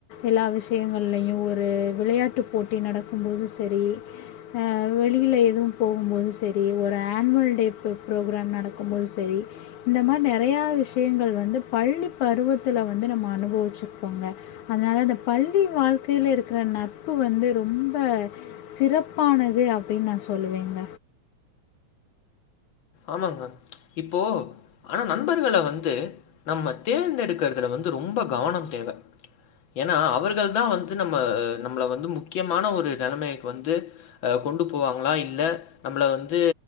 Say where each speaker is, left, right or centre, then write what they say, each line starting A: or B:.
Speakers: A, on the left; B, on the left.
A: எல்லா விஷயங்கள்லையு ஒரு விளையாட்டு போட்டி நடக்கும்போது செரி ஆ வெளியில எதுவு போகும்போது சரி ஒரு ஆன்வல் டே ப்ரோ ப்ரோக்ராம் நடக்கும் போது சரி இந்த மாரி நெறையா விஷயங்கள் வந்து பள்ளிப் பருவத்தில வந்து நம்ம அனுபவிச்சிருக்கோங்க அதனால அந்த பள்ளி வாழ்க்கையில இருக்குற அந்த நட்பு வந்து ரொம்ப சிறப் பானது அப்டின்னு நா சொல்லுவேங்க.
B: ஆமாங்க இப்போ ஆனா நண்பர்கள வந்து நம்ம தேர்ந்தெடுக்குறதுல வந்து ரொம்ப கவனம் தேவ. ஏன்னா அவர்கள்தா வந்து நம்ம நம்மள வந்து முக்கியமான ஒரு நெலமைக்கு வந்து அ கொண்டு போவாங்களா இல்ல நம்மள வந்து